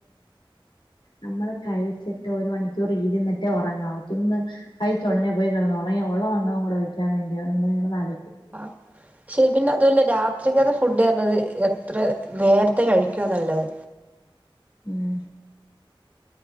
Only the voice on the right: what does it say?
ആ ശപിന്നെ അതും അല്ല രാത്രിക്കത്തെ ഫുഡ് എന്നത് എത്ര നേരത്തെ കഴിക്കുവ നല്ലത്